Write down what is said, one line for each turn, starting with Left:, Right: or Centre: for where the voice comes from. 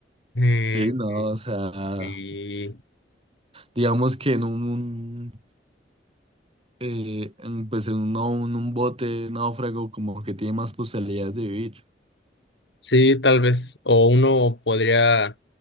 Left: Eh,
Right: Sí, no, o sea,
Left: sí.
Right: digamos que en un, eh, en, pues en un, un, un bote náufrago como que tiene más posibilidades de vivir.
Left: Sí, tal vez, o uno podría